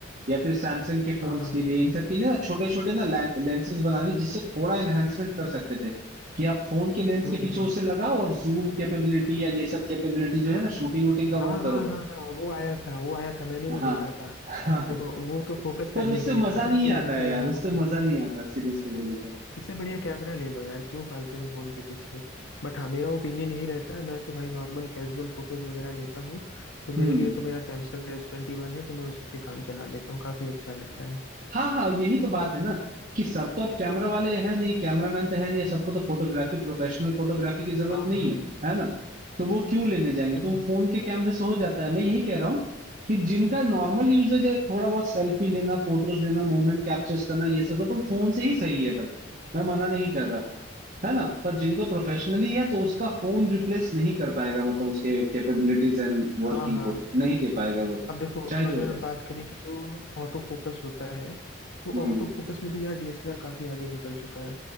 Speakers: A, on the right; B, on the left.
A: या फिर सैमसंग के फोन्स
B: हाँ हाँ
A: के लिए इन सब के लिए ना छोटे छोटे ना लेंसेज बना दिए जिससे थोड़ा एनहेंसमेंट कर सकते थे कि आप फोन के लेंस
B: हम्म
A: के
B: हम्म
A: पीछे उससे लगाओ और जूम कैपेबिलिटी या ये सब कैपेबिलिटी जो है ना शूटिंग वूटिंग का
B: हाँ
A: वो करो
B: हाँ हाँ हाँ वो आया था वो आया था मैंने भी
A: हाँ
B: देखा था
A: हाँ हाँ।
B: देखो वो तो फोकस
A: पर
B: करने
A: उससे
B: के लिए
A: मजा
B: था
A: नहीं
B: ना कि
A: आता
B: जितना
A: है यार
B: ज्यादा
A: उससे
B: फोकस
A: मजा नहीं आता सीरियसली बोलो तो
B: इससे बढ़िया कैमरा ले लो यार क्यों फालतू में फोन के पीछे बट हाँ मेरा ओपिनियन यही रहता है मैं तो भाई नॉर्मल कैजुअल फोटोज वगैरह लेता हूँ तो मेरे
A: हम्म
B: लिए तो मेरा सैमसंग का एस ट्वेंटी वन है तो मैं उसी से काम चला लेता हूँ काफी अच्छा रहता है
A: हाँ हाँ यही तो बात है ना कि सब तो अब कैमरा वाले हैं नहीं कैमरामैन तो है नहीं सबको तो फोटोग्राफी प्रोफेशनल फोटोग्राफी की जरूरत
B: हाँ हाँ
A: नहीं है है ना तो वो क्यों लेने जाएंगे
B: <laughs>
A: तो वो फोन के कैमरे से हो जाता है मैं यही कह रहा हूँ कि जिनका नॉर्मल यूजेज है थोड़ा बहुत सेल्फी लेना फोटोज लेना मोमेंट कैप्चर्स करना ये सब का तो फोन से ही सही है भाई मैं मना नहीं कर रहा है ना पर जिनको प्रोफेशनली है तो उसका फोन रिप्लेस नहीं कर पाएगा मतलब उसके कैपेबिलिटीज एंड
B: हाँ
A: वर्किंग
B: हाँ
A: को नहीं दे पाएगा वो
B: अब देखो
A: चाहे जो
B: अगर
A: हो जाए
B: बात करें कि जो ऑटो फोकस होता है तो
A: हम्म
B: ऑटो फोकस में भी यार डीएसएलआर काफी आगे निकल चुका है